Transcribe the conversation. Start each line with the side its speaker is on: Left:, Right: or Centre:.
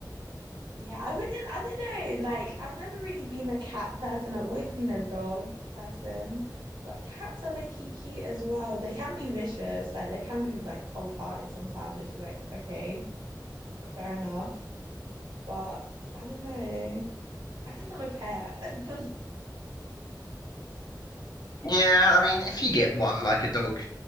Right: Yeah, I wouldn't, I don't know. Like, I've never really been a cat person. I've always been a dog person. But cats are low-key cute as well. They can be vicious. Like, they can be, like, cold-hearted sometimes, which is like, okay, fair enough. But I don't know. I just want a pet. <laughs>
Left: Yeah, I mean, if you get one like a dog,